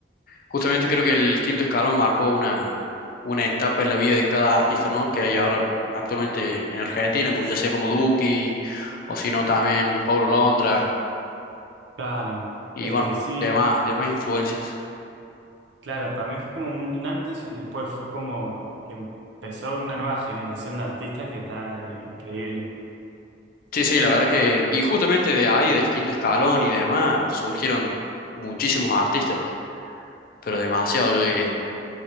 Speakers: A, on the left; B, on the right.
A: justamente creo que el quinto escalón marcó una, una etapa en la vida de cada artista, ¿no? Que hay ahora actualmente en Argentina, como ya sea como Duki, o si no también Paulo Londra,
B: Claro,
A: y
B: es
A: bueno,
B: que sí,
A: demás, demás influencias.
B: claro, para mí fue como un antes y un después. Fue como que empezó una nueva generación de artistas que está era increíble.
A: Sí, sí, la verdad que,
B: Pa-
A: y justamente de ahí, del quinto escalón y demás, surgieron muchísimos artistas, pero demasiado, yo diría.